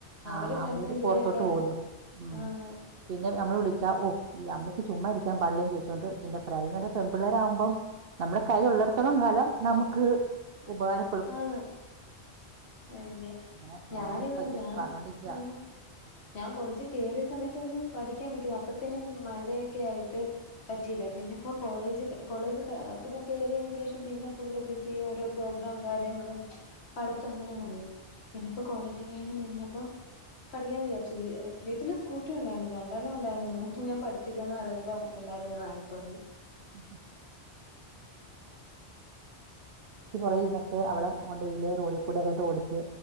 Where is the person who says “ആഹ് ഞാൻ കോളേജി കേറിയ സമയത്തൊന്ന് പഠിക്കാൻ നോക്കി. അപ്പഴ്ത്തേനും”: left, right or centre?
Left